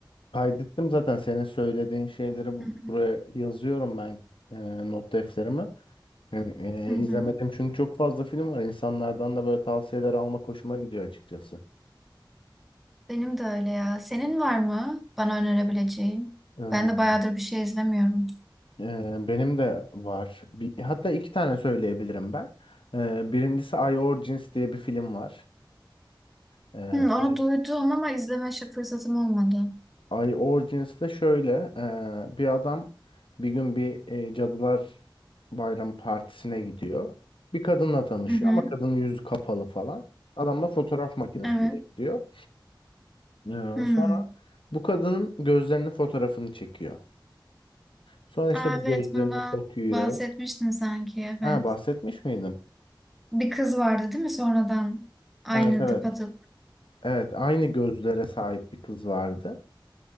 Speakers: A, on the left; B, in the centre.
A: Kaydettim zaten senin söylediğin şeyleri bu-
B: Hı
A: buraya yazıyorum ben e, not defterime. Yani,
B: hı,
A: e,
B: hı
A: izlemedim
B: hı.
A: çünkü çok fazla film var. İnsanlardan da böyle tavsiyeler almak hoşuma gidiyor açıkçası.
B: Benim de öyle ya. Senin var mı bana önerebileceğin?
A: Hmm,
B: Ben de bayağıdır bir şey izlemiyorum.
A: e, benim de var. Bir, hatta iki tane söyleyebilirim ben. E, birincisi I Origins diye bir film var. E,
B: Hı, onu
A: I,
B: duydum ama izleme şa- fırsatım olmadı.
A: I Origins de şöyle e, bir adam bir gün bir e, Cadılar Bayram partisine gidiyor. Bir kadınla tanışıyor
B: Hı hı,
A: ama kadının yüzü kapalı falan. Adam da fotoğraf makinesiyle
B: evet.
A: gidiyor. Ya,
B: Hı.
A: sonra bu kadının gözlerinin fotoğrafını çekiyor. Sonra işte
B: Aa,
A: bu gözlerine
B: evet bundan
A: bakıyor.
B: bahsetmiştin sanki evet.
A: Ha bahsetmiş miydim?
B: Bir kız vardı değil mi sonradan? Aynı
A: Evet evet.
B: tıpatıp.
A: Evet aynı gözlere sahip bir kız vardı.